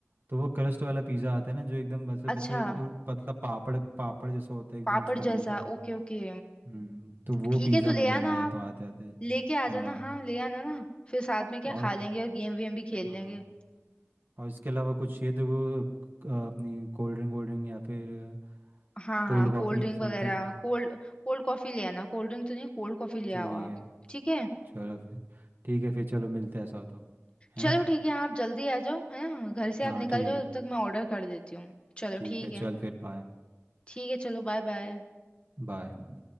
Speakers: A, on the right; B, on the left.
A: तो वो क्रस्ट वाला पिज़्ज़ा आता है ना जो एकदम मतलब
B: अच्छा
A: ऐसे उ- पतला पापड़ पापड़ जैसा होता है एकदम
B: पापड़
A: उस पर
B: जैसा
A: बनता है
B: ओके ओके
A: हम्म तो वो
B: ठीक
A: पिज़्ज़ा
B: है तो ले
A: मैं लेके
B: आना
A: आया
B: आप
A: तो आते आते
B: लेके आ
A: हाँ
B: जाना हाँ ले आना ना फिर साथ में क्या
A: और
B: खा लेंगे और गेम वेम भी खेल
A: हाँ
B: लेंगे
A: और इसके अलावा कुछ ये देखो अ, अपनी कोल्ड ड्रिंक कोल्ड ड्रिंक या फिर
B: हाँ
A: कोल्ड
B: हाँ
A: कॉफ़ी
B: कोल्ड ड्रिंक
A: समथिंग
B: वगैरह कोल्ड कोल्ड कॉफी ले आना कोल्ड ड्रिंक तो नहीं कोल्ड कॉफी ले
A: ठीक
B: आओ आप
A: है
B: ठीक है
A: चलो फिर ठीक है फिर चलो मिलते हैं ऐसा हो तो है
B: चलो
A: ना
B: ठीक है आप जल्दी आ जाओ है ना घर से
A: हाँ
B: आप निकल
A: ठीक
B: जाओ
A: है
B: तब तक मैं ऑर्डर कर देती हूँ चलो
A: ठीक
B: ठीक
A: है चल
B: है
A: फिर बाय
B: ठीक है चलो बाय बाय
A: बाय